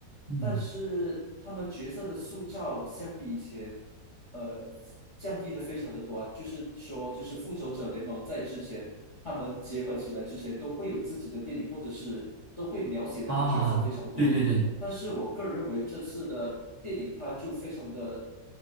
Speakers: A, on the right (about 40°); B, on the left (about 50°).
A: 嗯。
B: 但是他们角色的塑造相比以前。呃降低的非常的多啊，就是说，就是复仇者联盟在之前他们结合起来之前都会有自己的电影，或者是都会描写那个角色非常多。
A: 啊，对对对，
B: 但是我个人认为这次的电影它就非常的，